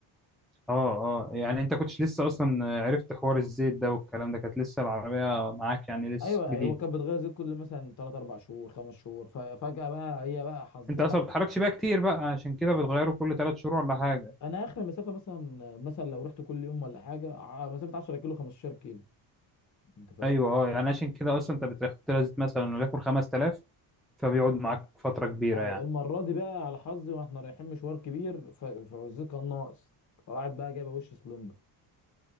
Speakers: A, in the centre; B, on the left.
A: اه اه يعني انت كنتش لسه اصلا عرفت حوار الزيت ده والكلام ده كانت لسه العربية معاك يعني لسه
B: أيوه
A: جديدة
B: هو كانت بتغير زيت كل مثلا 3 4 شهور 5 شهور ففجأة بقى هي بقى حظها
A: انت اصلا ما بتتحركش بيها كتير بقى عشان كده بتغيره كل ثلاث شهور ولا حاجة
B: أنا آخر مسافة مثلا مثلا لو رحت كل يوم ولا حاجة ع- مسافة 10 كيلو 15 كيلو أنت فاهم
A: ايوه اه يعني عشان كده اصلا انت بتحط لها زيت مثلا وليكن 5000 فبيقعد معاك فترة كبيرة
B: أيوة،
A: يعني
B: المره دي بقى على حظي واحنا رايحين مشوار كبير ف- فوزيه كان ناقص راحت بقى جايبه وش سلندر